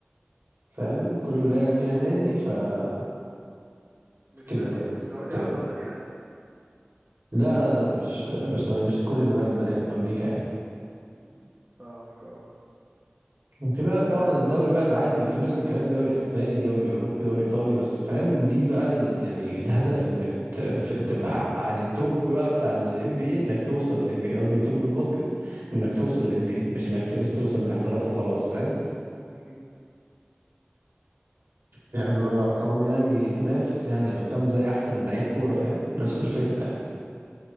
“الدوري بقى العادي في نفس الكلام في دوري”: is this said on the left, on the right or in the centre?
Right